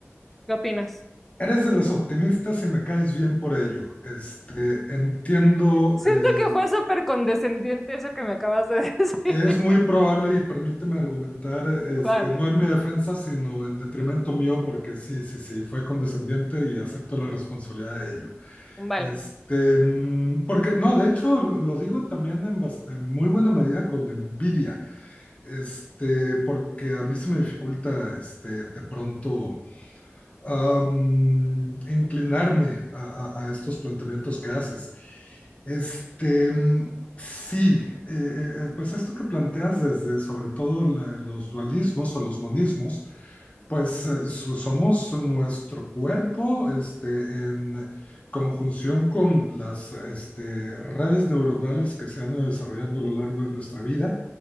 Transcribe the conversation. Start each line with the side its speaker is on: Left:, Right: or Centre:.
Centre: ¿Qué opinas?
Left: Eres de las optimistas y me caes bien por ello. Este, entiendo,
Centre: Siento
Left: eh,
Centre: que fue súper condescendiente eso que me acabas de decir.
Left: es muy probable y permíteme argumentar, este,
Centre: <laughs> Vale,
Left: no en mi defensa, sino en detrimento mío, porque sí, sí, sí, fue condescendiente y acepto la responsabilidad de ello.
Centre: vale.
Left: Este, mm, porque, no, de hecho, lo, lo digo también en, bas- en muy buena medida con envidia, este, porque a mí se me dificulta, este, de pronto um, inclinarme a, a, a, estos planteamientos que haces. Este, sí, eh, eh, eh, pues esto que planteas desde sobre todo la, los dualismos o los monismos, pues eh, so- somos nuestro cuerpo, este, en conjunción con las, este, redes neuronales que se han ido desarrollando a lo largo de nuestra vida